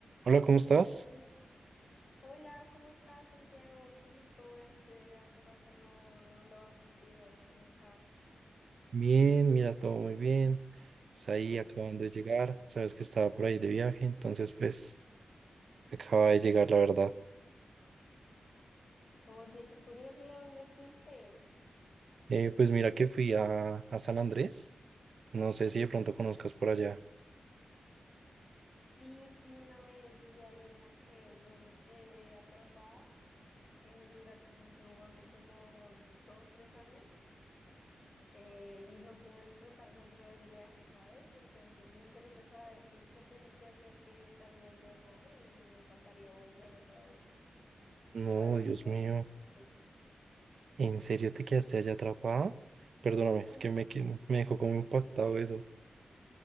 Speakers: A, on the right; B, on the left.
A: Hola, ¿cómo estás?
B: Hola, Hola, ¿cómo estás, Santiago? Qué gusto verte. Hace rato no, no hablaba contigo. ¿Cómo estás?
A: Bien, mira, todo muy bien. Pues ahí acabando de llegar, sabes que estaba por ahí de viaje, entonces pues acaba de llegar, la verdad.
B: Oye, qué curioso, ¿y a dónde fuiste?
A: Eh, pues mira que fui a, a San Andrés, no sé si de pronto conozcas por allá.
B: Sí, fui una vez y adivina que yo me quedé atrapada en el huracán que hubo hace como dos, tres años eh, y no pude disfrutar mucho del viaje, ¿sabes? Entonces me interesa saber qué, qué pudiste hacer que tal vez yo no y me encantaría volver otra vez.
A: No,
B: A ver
A: Dios
B: si puedo.
A: mío,
B: disfrutarlo.
A: ¿en serio te quedaste allá atrapada? Perdóname, es
B: <laughs>
A: que me, quedó- me dejó como impactado eso.